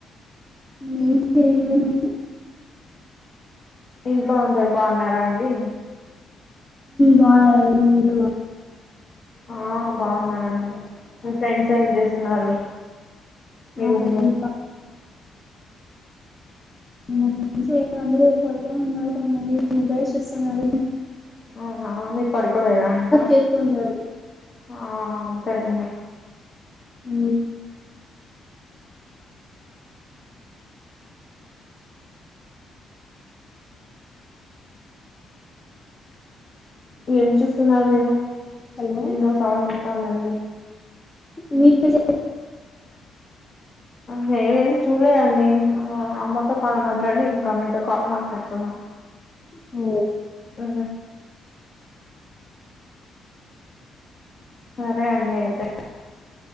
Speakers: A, on the left; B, on the left.
A: నను
B: ఇంట్లో అందరు బాగున్నారా అండి
A: బాగా ఏందు
B: ఆ బాగున్నానండి మీ ఫ్రెండ్స్ ఏం చేస్తున్నారు మీరుంలో
A: మా ఫ్రెండ్స్ ఒక మ అందరూ పడుకొని ఉన్నారు కొంతమందిసిూస్తున్నారు
B: అవునా మీరు పడుకోలేదా ఇంకా
A: చేస్తూ ఉంటారు
B: ఆ అంతేలేండి
A: హ
B: ఎం చూస్తున్నారు మీరు
A: హలో
B: ఎండో సౌండ్ వస్తుందండి
A: మీకు చె
B: మేమేమి చూలేదండి ఆ అమ్మతో కాలు మాట్లాడి ఇంకా మీతో కాళ మాట్లాడుతున్నాం
A: ఓ
B: అ సరే అండి అయితే